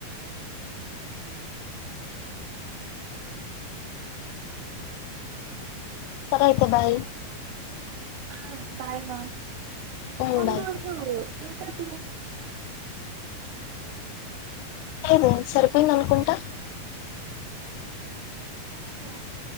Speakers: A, on the right (about 65°); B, on the left (about 75°).
A: ఓకే
B: సరే అయితే బాయ్
A: ఆ బాయ్ మా
B: ఉమ్
A: ఉండు
B: బాయ్
A: ఉండు ఇంకా టూ
B: లేదు సరిపోయింది అనుకుంటా
A: ఆ ఓహో